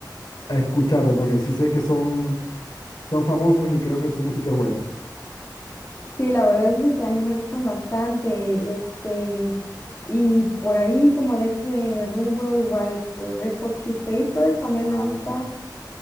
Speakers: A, on the left (about 65°); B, on the left (about 30°).
A: a escucharlos porque sí sé que son, son famosos y creo que su música es buena.
B: Sí, la verdad es de que a mí me gustan bastante, este, y por ahí como de ese rubro igual, este, Red Hot Chili Peppers también
A: Ah,
B: me gusta,